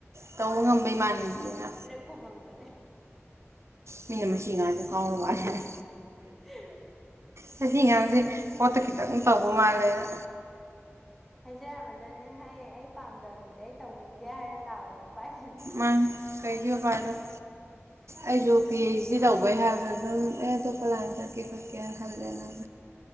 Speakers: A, on the right; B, in the centre.
A: ꯇꯧꯕ ꯉꯝꯕ ꯏꯃꯥꯟꯅꯕꯣꯅꯤꯅ꯫
B: ꯍꯨꯝꯃꯝꯕꯅꯦ꯫
A: ꯃꯤꯅ ꯃꯁꯤ ꯑꯉꯥꯡꯖꯦ ꯉꯥꯎꯔ ꯃꯥꯜꯂꯦ <unintelligible>
B: <unintelligible>
A: ꯃꯁꯤ ꯑꯉꯥꯡꯖꯦ ꯀꯣꯛꯇ ꯈꯤꯇꯪ ꯇꯧꯕ ꯃꯥꯜꯂꯦꯅ꯫
B: ꯍꯥꯏꯖꯔꯝꯃꯖꯅꯦ ꯍꯥꯏꯌꯦ ꯑꯩ ꯄꯥꯝꯗꯕꯗꯨꯗꯤ ꯑꯩ ꯇꯧꯅꯤꯡꯗꯦ ꯍꯥꯏꯔ ꯇꯥꯕꯗꯨ ꯎꯄꯥꯏ ꯫
A: ꯃꯥꯅꯤ ꯀꯩꯗꯤ ꯎꯄꯥꯏ ꯂꯩ꯫ ꯑꯩꯖꯨ ꯄꯤ ꯑꯩꯁ ꯗꯤ ꯇꯧꯕꯩ ꯍꯥꯏꯕꯗ ꯑꯗꯨꯝ ꯑꯩ ꯑꯇꯣꯞꯄ ꯂꯥꯏꯟ ꯆꯠꯀꯦ ꯈꫭꯠ꯫ ꯆꯠꯀꯦꯅ ꯈꯜꯂꯦꯅ